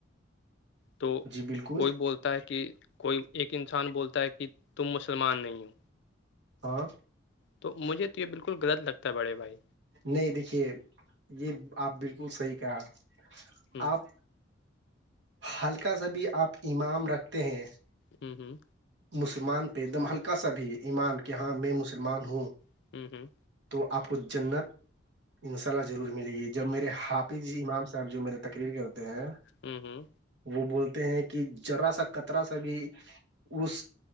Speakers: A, on the left (about 60°); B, on the right (about 60°).
A: تو
B: جی بالکل
A: کوئی بولتا ہے کہ کوئی ایک انسان بولتا ہے کہ تم مسلمان نہیں ہو
B: ہاں
A: تو مجھے تو یہ بالکل غلط لگتا ہے بڑے بھائی
B: نہیں دیکھیے یہ آپ بالکل صحی کہہ رہے
A: ہ
B: آپ ہلکا سا بھی آپ امان رکھتے ہیں
A: ہوں ہوں
B: مسلمان پہ ایک دم ہلکا سا بھی ایمان کہ ہاں میں مسلمان ہوں
A: ہ
B: تو آپ کو جنت انشاء اللہ ضرور ملے گی جب میرے حافظ امام صاحب جو میرے تقریر کرتے ہیں
A: ہوں ہوں
B: وہ بولتے ہیں کہ جرا سا کطرا سا بھی اس